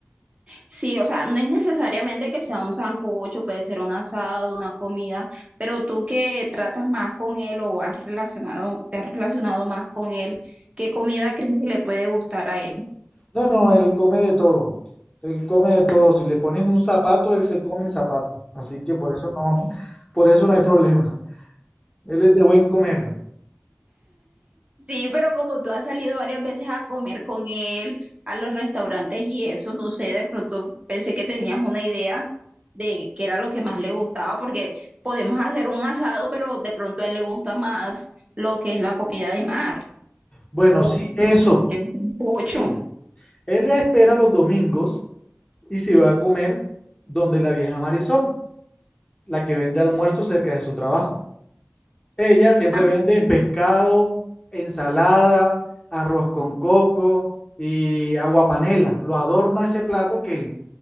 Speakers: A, on the right; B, on the left.
A: sí, o sea, no es necesariamente que sea un sancocho, puede ser un asado, una comida, pero tú que tratas más con él o has relacionado, te has relacionado más con él, ¿qué comida crees que le puede gustar a él?
B: No, no, él come de todo. Él come de todo. Si le pones un zapato, él se come el zapato. Así que por eso no, por eso no hay problema. <laughs> Él es de buen comer.
A: Sí, pero como tú has salido varias veces a comer con él, a los restaurantes y eso, no sé, de pronto pensé que tenías una idea de qué era lo que más le gustaba, porque podemos hacer un asado, pero de pronto a él le gusta más lo que es la comida de mar
B: Bueno,
A: o
B: sí, eso.
A: un pocho.
B: Sí. Él espera los domingos y se va a comer donde la vieja Marisol, la que vende almuerzo cerca de su trabajo. Ella siempre
A: Ah,
B: vende
A: sí.
B: pescado, ensalada, arroz con coco y agua panela. Lo adorna ese plato que